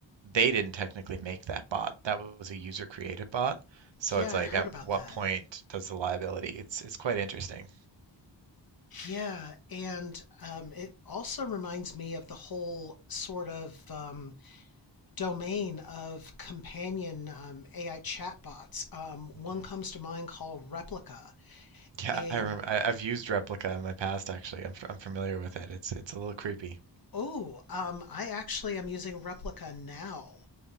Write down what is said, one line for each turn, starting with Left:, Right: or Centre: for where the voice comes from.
Right: they didn't technically make that bot. That was a user created bot. So
Left: yeah,
Right: it's like,
Left: I heard
Right: at
Left: about
Right: what
Left: that.
Right: point does the liability? It's it's quite interesting.
Left: Yeah, and um, it also reminds me of the whole sort of um, domain of companion um, AI chatbots. Um, one
Right: Mm.
Left: comes to mind called Replica.
Right: <laughs> Yeah,
Left: And
Right: I rem I, I've used Replica in my past actually. I'm f- I'm familiar with it. It's it's a little creepy.
Left: oh, um, I actually am using Replica now.